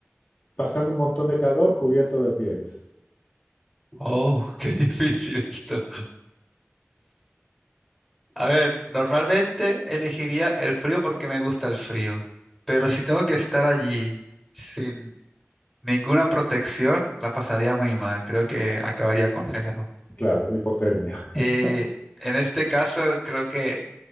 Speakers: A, on the left; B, in the centre.
A: pasando un montón de calor cubierto de pieles.
B: Oh, qué <laughs> difícil esto. A ver, normalmente elegiría el frío porque me gusta el frío, pero si tengo que estar allí sin ninguna protección, la pasaría muy mal. Creo que acabaría congelado.
A: Claro, hipotermia. <laughs>
B: Y en este caso creo que